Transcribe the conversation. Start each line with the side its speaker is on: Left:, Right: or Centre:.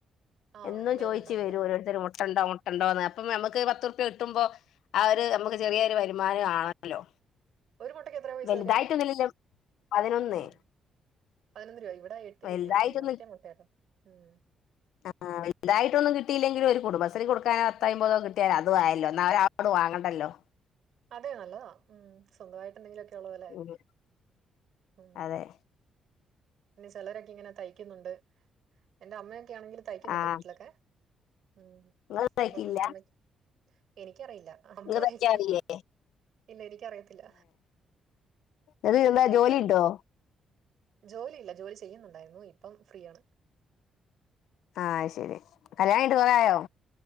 Right: ആഹ്
Left: എന്നും
Right: എല്ലാരും
Left: ചോയിച്ചു
Right: ഉണ്ടാവും
Left: വരും
Right: അല്ലെ
Left: ഓരോരുത്തര് മുട് മുട്ടണ്ടോ മുട്ടണ്ടോന്ന് അപ്പൊ നമ്മക്ക് പത്തുർപ്യ കിട്ടുമ്പോ അവര് നമുക്ക് ചെറിയൊരു വരുമാനും ആണല്ലോ
Right: ഒരു മുട്ടക്ക് എത്രയാ പൈസ
Left: വലുതായിട്ടൊന്നുമില്ലല്ലോ
Right: വരാ
Left: പതിനൊന്ന്
Right: ഉം പതിനൊന്ന് രൂപ ഇവിടെ എട്ട്
Left: വലുതായിട്ടൊന്നും
Right: രൂപയോ ആ മറ്റേ മുട്ടട്ടോ ഉം
Left: ആഹ് വലുതായിട്ടൊന്നും കിട്ടയില്ലെങ്കിലും ഒരു കുടുംബ്രീ കൊടുക്കാനോ അത്തായ്മ്പതോ കിട്ടിയാലോ അതു ആയല്ലോ എന്ന ഒരാളോട് വാങ്ങണ്ടല്ലോ
Right: അതെ നല്ലതാ ഉം സ്വന്തമായിട്ട് എന്തെങ്കിലുമൊക്കെ ഉള്ളത അല്ലേ
Left: ഉം
Right: ഉം
Left: അതെ
Right: പിന്നെ ചെലരൊക്കെ ഇങ്ങനെ തയ്ക്കുന്നുണ്ട് എൻറെ അമ്മയൊക്കെ ആണെങ്കിലും തയ്ക്കുന്നുണ്ട്
Left: ആഹ്
Right: വീട്ട്ലൊക്കെ ഉം
Left: ഇങ്ങള് ഇതാക്കിയില്ല
Right: അപ്പൊ പിന്നെ അമ്മക്ക്‌ എനിക്കറിയില്ല അമ്മ
Left: ഇങ്ങ
Right: തയ്ക്ക്യും
Left: തയ്ക്കാറില്ലേ
Right: ഇല്ല എനിക്കറിയത്തില്ല
Left: അത്
Right: ഞാൻ
Left: എന്താ
Right: തയ്ക്കാറില്ല
Left: ജോലി ഉണ്ടോ
Right: ജോലിയില്ല ജോലി ചെയ്യുന്നുണ്ടായിരുന്നു ഇപ്പം ഫ്രീ ആണ്
Left: ആ അത് ശെരി കല്യാണയ്ഞ്ട്ട് കുറേ ആയോ